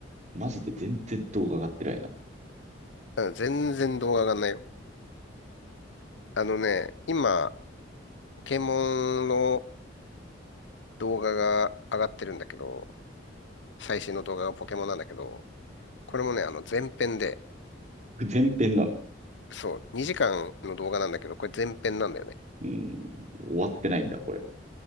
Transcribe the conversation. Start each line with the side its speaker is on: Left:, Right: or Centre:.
Right: マジで全然動画上がってないな。
Left: ん。うん全然動画上がんないよ。あのね、今、ポケモンの動画が上がってるんだけど、最新の動画がポケモンなんだけど、これもね、あの前編で、
Right: 前編なの。
Left: そう、2時間の動画なんだけど、これ前編なんだよね。
Right: うん、終わってないんだ、これ。